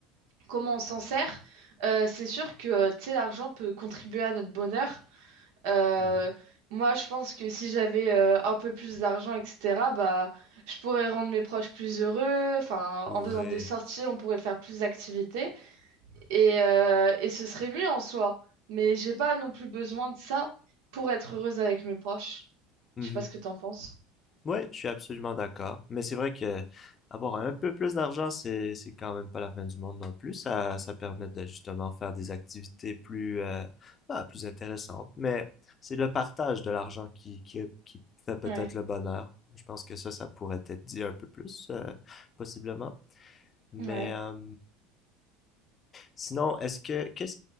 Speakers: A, on the right; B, on the left.
A: comment on s'en sert, euh, c'est sûr que tu sais, l'argent peut contribuer à notre bonheur. Euh,
B: mhm,
A: moi, je pense que si j'avais euh, un peu plus d'argent, etc., bah, je pourrais rendre mes proches plus heureux. Enfin,
B: Ouais.
A: en faisant des sorties, on pourrait faire plus d'activités et, euh, et ce serait mieux en soi. Mais j'ai pas non plus besoin de ça pour être heureuse avec mes proches.
B: mhm.
A: Je sais pas ce que t'en penses.
B: Ouais, je suis absolument d'accord. Mais c'est vrai que avoir un peu plus d'argent, c'est c'est quand même pas la fin du monde non plus. Ça, ça permet de justement faire des activités plus, euh, bah, plus intéressantes. Mais c'est le partage de l'argent qui, qui, qui fait peut-être
A: Ouais,
B: le bonheur. Je pense que ça, ça pourrait être dit un peu plus, euh, possiblement. Mais
A: ouais.
B: euh, sinon, est-ce que qu'est-ce